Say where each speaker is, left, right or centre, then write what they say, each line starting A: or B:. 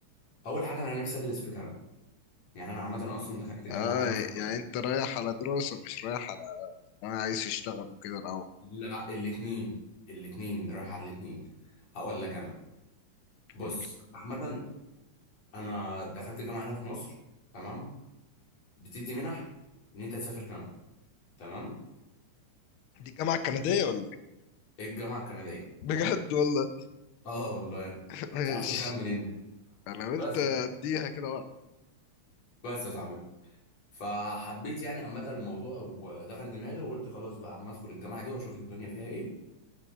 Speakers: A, on the left; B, on the left.
A: اول حاجه انا نفسي ادرس في كندا يعني انا عامه اصلا دخلت جامعه
B: اه
A: هنا في مصر
B: يعني انت رايح على دراسه مش رايح على انا عايز اشتغل وكده الاول
A: لا الاثنين الاثنين رايح على الاثنين هقول لك انا بص
B: قول لي.
A: عامه انا دخلت جامعه هنا في مصر تمام بتدي منح ان انت تسافر كندا تمام
B: دي جامعه كنديه ولا إيه؟
A: إيه الجامعه الكنديه
B: بجد والله
A: اه والله
B: <laughs> ماشي
A: تعرف تخمن انت
B: انا قلت
A: بس
B: اديها كده بقى
A: بس يا صاحبي فحبيت يعني عامة الموضوع ودخل دماغي وقلت خلاص بقى اما ادخل الجامعة دي واشوف الدنيا فيها ايه